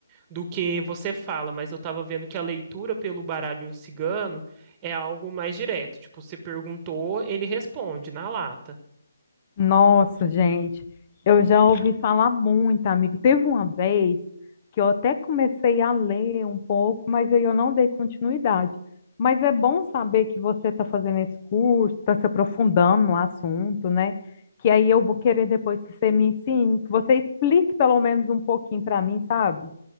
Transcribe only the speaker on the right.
do que você fala, mas eu tava vendo que a leitura pelo baralho cigano é algo mais direto. Tipo, você perguntou, ele responde na lata.